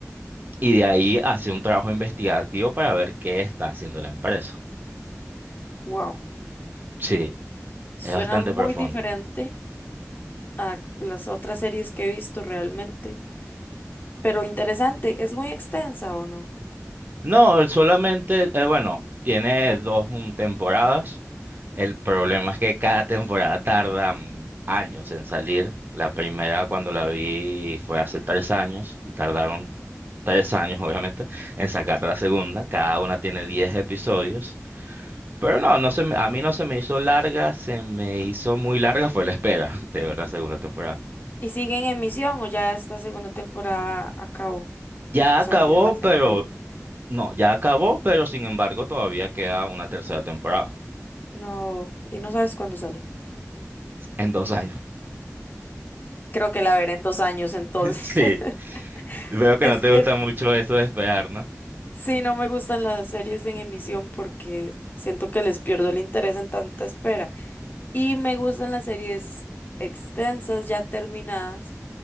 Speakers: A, on the right; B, on the left.
A: y de ahí hace un trabajo investigativo para ver qué está haciendo la empresa.
B: Wow,
A: Sí,
B: suena
A: es bastante
B: muy
A: profundo.
B: diferente a las otras series que he visto realmente, pero interesante. ¿Es muy extensa o no?
A: No, él solamente, eh, bueno, tiene dos mm, temporadas. El problema es que cada temporada tarda mm, años en salir. La primera cuando la vi fue hace tres años y tardaron tres años, <laughs> obviamente, en sacar la segunda. Cada una tiene diez episodios. Pero no, no se me- a mí no se me hizo larga, se me hizo muy larga, fue la espera <laughs> de ver la segunda temporada.
B: ¿Y sigue en emisión o ya esta segunda temporada acabó?
A: Ya
B: O
A: acabó,
B: sea, ya la serie
A: pero
B: acabó.
A: no, ya acabó, pero sin embargo todavía queda una tercera temporada
B: No, y no sabes cuándo sale.
A: en dos años.
B: Creo que la veré en dos años entonces.
A: Sí,
B: <laughs>
A: veo que
B: Es
A: no te
B: que
A: gusta mucho eso de esperar, ¿no?
B: sí, no me gustan las series en emisión porque siento que les pierdo el interés en tanta espera. Y me gustan las series extensas, ya terminadas,